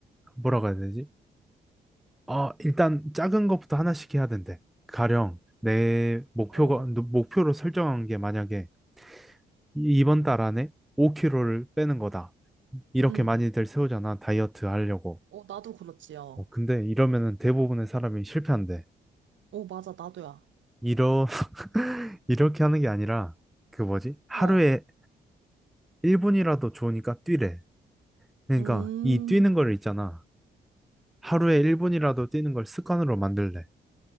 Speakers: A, in the centre; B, on the right.
A: 뭐라고 해야 되지? 아, 일단 작은 것부터 하나씩 해야 된대. 가령, 내 목표가,
B: 어,
A: 목표로 설정한 게 만약에 이번 달 안에 5kg를 빼는 거다. 이렇게
B: 응.
A: 많이들 세우잖아, 다이어트 하려고.
B: 어, 나도 그렇지요.
A: 어, 근데 이러면은 대부분의 사람이 실패한대.
B: 어, 어, 맞아, 나도야.
A: 이러, <laughs> 이렇게 하는 게 아니라, 그 뭐지? 하루에
B: 어,
A: 1분이라도 좋으니까 뛰래. 그러니까
B: 음,
A: 이 뛰는 걸 있잖아. 하루에 1분이라도 뛰는 걸 습관으로 만들래.